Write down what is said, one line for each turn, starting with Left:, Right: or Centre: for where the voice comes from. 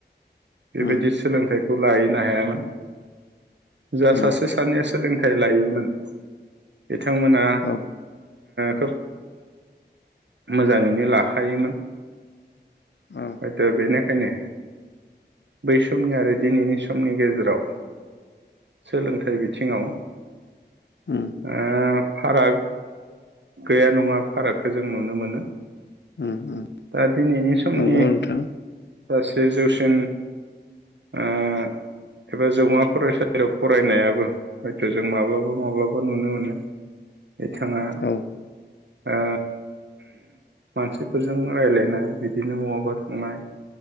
Right: बेबायदि
Left: उम
Right: सोलोंथाइ खौ लाहैनो हायामोन। जा
Left: उम
Right: सासे सानैया सोलोंथाइ लायोमोन बिथांमोना
Left: औ
Right: खोब मोजाङैनो लाखायोमोन
Left: औ
Right: हयथ' बेनिखायनो बै समनि आरो दिनैनि समनि गेजेराव सोलोंथाइ बिथिङाव
Left: उम
Right: ओ फाराग गैया नङा फारागखौ जों नुनो मोनो।
Left: उम उम
Right: दा दिनैनि समनि
Left: नंगौ नोंथां
Right: सासे जौसिन ओ एबा जौमा फरायसालियाव फरायनायाबो हयथ' जों माब्लाबा माब्लाबा नुनो मोनो बिथाङा
Left: औ
Right: ओ मानसिफोरजों रायलायनाय बिदिनो महाबा थांनाय।